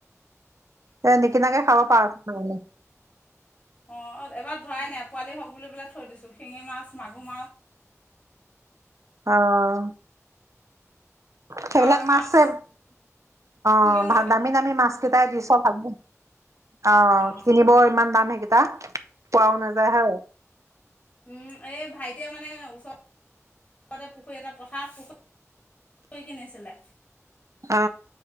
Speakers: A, on the right; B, on the left.
A: তে নিকিনাকে খাব পাৰ নহলে
B: অঁ এবাৰ ধৰাই নাই পোৱালি হওক বুলি পেললে থৈ দিছোঁ শিঙি মাছ মাগুৰ মাছ
A: আহ সেইবিলাক
B: কাৱৈ
A: মাছছে
B: মাছ
A: অ
B: লোকেল
A: ভ
B: মাছ
A: দামী দামী মাছ কেইটাই দিছ ভাগি অ
B: অঁ
A: কিনিব ইমান দাম সেইকেইটা পোৱাও নাযায় হে
B: উ এই ভাইটিয়ে মানে ওচৰৰতে পুখুৰী এটা পথাৰত পুুৰী কৈ কিিনিছিলে
A: অ